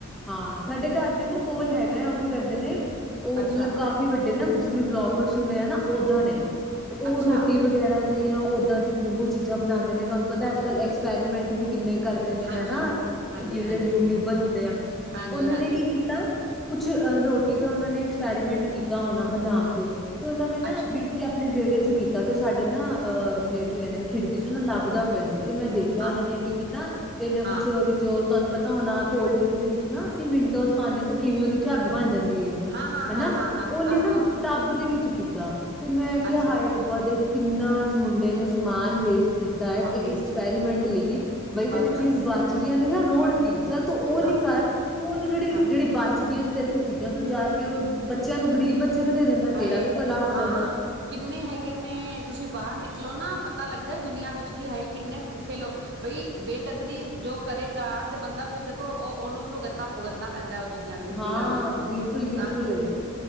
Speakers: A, in the centre; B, on the right.
A: ਹਾਂ ਸਾਡੇ ਘਰ ਦੇ ਨਾ ਕੋਲ ਹੈਗਾ ਆ ਉਹ ਕੀ ਕਰਦੇ ਨੇ ਓਹ
B: ਅੱਛਾ
A: ਮਤਲਬ ਕਾਫੀ ਵੱਡੇ ਨਾ ਜਿਵੇਂ ਵਲੋਗਰਸ ਹੁੰਦੇ ਆ ਨਾ ਓਦਾਂ ਨੇ ਤੇ ਓਹ
B: ਅੱਛਾ
A: ਰੋਟੀ ਵਗੈਰਾ ਤੇ ਆ ਓਦਾਂ ਦੀ ਬਹੁਤ ਚੀਜ਼ਾਂ ਬਨਾਦੇਂ ਨੇ ਤੁਹਾਨੂੰ ਪਤਾ ਅੱਜ ਕੱਲ੍ਹ ਐਕਸਪੈਰੀਮੈਂਟ ਵੀ ਕਿੰਨੇ ਕਰਦੇ ਨੇ
B: ਹਾਂਜੀ
A: ਹਨਾ
B: ਹਾਂਜੀ
A: ਜਿਹੜੇ
B: ਹਾਂਜੀ
A: ਯੂਟਿਊਬਰ ਹੁੰਦੇ ਆ
B: ਹਾਂਜੀ
A: ਓਹਨਾਂ
B: ਹਾਂਜੀ
A: ਨੇ ਕੀ ਕੀਤਾ
B: ਹਾਂਜੀ
A: ਕੁਛ ਰੋਟੀ ਦਾ ਓਨਾ ਨੇ ਐਕਸਪੈਰੀਮੈਂਟ ਕੀਤਾ ਹੋਣਾ ਬਨਾ ਕੇ ਉਹਨਾਂ ਨੇ ਨਾ
B: ਅੱਛਾ
A: ਬਿਲਕੁਲ ਆਪਣੇ ਵੇੜੇ ਕੀਤਾ ਤੇ ਸਾਡੇ ਨਾ ਅਹ ਮੇ ਕੀ ਕਹਿੰਦੇ ਨੇ ਖਿੜਕੀ ਚ ਨਾ ਲਾਭਦਾ ਪਿਆ ਸੀ ਤੇ ਮੈਂ ਦੇਖਿਆ
B: ਹਾਂ
A: ਉਹਨਾਂ ਨੇ ਕੀ ਕੀਤਾ ਇਨਾ ਕੁਛ
B: ਹਾਂ
A: ਵਿਚ ਤੁਹਾਨੂੰ ਪਤਾ ਹੋਨਾ ਕੋਲਡਰਿੰਕ ਦੇ ਵਿੱਚ ਨਾ ਅਸੀਂ ਮਿੰਟੋਸ ਪਾਹਨੇ ਤੇ ਕਿਵੇਂ ਉਹਦੀ ਝੱਗ ਬਣ ਜਾਂਦੀ ਹੈ
B: ਹਾਂ ਹਾਂ ਹਾਂ
A: ਹਨਾ
B: ਹਾਂ ਹਾਂ
A: ਉਹਨੇ
B: ਆਹੋ
A: ਨਾ
B: ਆਹੋ
A: ਟੱਬ ਦੇ ਵਿੱਚ ਕੀਤਾ ਤੇ ਮੈਂ ਕਿਹਾ
B: ਅੱਛਾ
A: ਹਾਏ ਰੱਬਾ ਦੇਖ ਕਿੰਨਾ ਇਸ ਮੁੰਡੇ ਨੇ ਸਮਾਨ ਵੇਖ ਕੀਤਾ ਹੈ
B: ਹਾਂ
A: ਇੱਕ
B: ਵੇਸਟ
A: ਐਕਸਪੈਰੀਮੈਂਟ ਲਈ ਬਈ
B: ਬਸ
A: ਤੇਰੀ ਚੀਜ਼
B: ਬਸ
A: ਬਚ ਗਈਆਂ ਨੇ ਰੋੜ ਤੀ ਚੱਲ ਤੂ ਉਹ ਨਹੀਂ
B: ਹਾਂ
A: ਕਰ ਤੂੰ ਉਹਨੂੰ ਜੇਹੜੀ
B: ਹਾਂ
A: ਜੇਹੜੀ ਬਾਤ ਸੀ ਤੇਰੇ ਕੋ ਚੀਜ਼ਾਂ ਤੁ ਜਾਕੇ ਉਹ ਬੱਚਿਆਂ ਨੂੰ ਗ਼ਰੀਬ ਨੂੰ ਦੇ ਦਿੰਦਾ
B: ਹਾਏ
A: ਤੇਰਾ ਵੀ ਭਲਾ ਹੋ ਜਾਂਦਾ
B: ਹਾਂ ਕਿੰਨੇ ਹੈਗੇ ਨੇ ਤੁਸੀਂ ਬਾਹਰ ਨਿਕਲ ਨਿਕਲੋ ਨਾ ਪਤਾ ਲੱਗਦਾ ਦੁਨੀਆਂ ਵਿੱਚ ਕਿ ਹਾਏ ਕਿੰਨੇ ਭੁੱਖੇ ਲਓ ਬਈ ਬੇਕਦਰੀ ਜੋ ਕਰੇਗਾ ਤੇ ਬੰਦਾ ਫਿਰ ਦੇਖੋ ਉਹ ਉਹਨੂੰ ਵੀ ਭੁਗਤਨਾ ਭੁਗਤਨਾ ਪੈਂਦਾ ਉਹ ਚੀਜ਼ਾਂ ਵੀ ਸਿੱਧੀ
A: ਹਾਂ
B: ਗੱਲ ਹੈ
A: ਬਿਲਕੁਲ ਬਿਲਕੁਲ
B: ਤਾਂ ਕਰਕੇ